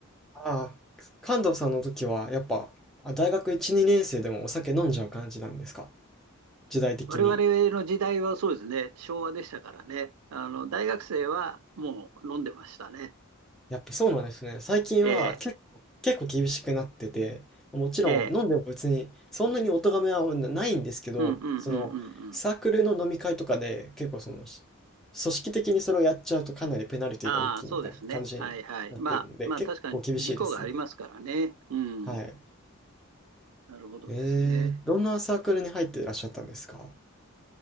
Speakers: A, in the centre; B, on the right.
A: ああ、関東さんの時は、やっぱ、あ大学1、2年生でもお酒飲んじゃう感じなんですか時代的に。
B: 我々の時代はそうですね、昭和でしたからね、あの、大学生はもう飲んでましたね。
A: やっぱそうなんですね。最近は結構、
B: ええ、
A: 結構厳しくなってて、もちろん飲んでも別に、
B: ええ、
A: そんなにお咎めはないんですけど、
B: うんうんうんうんうん。
A: その、サークルの飲み会とかで、結構その、し組織的にそれをやっちゃうとかなりペナルティが大きいみたいな感じになってるので、
B: ああ、そうですね。はいはい。まあ、まあ、
A: 結構厳しいですね。
B: 確かに事故がありますからね。うん。
A: はい。
B: なるほどですね。
A: えー、どんなサークルに入っていらっしゃったんですか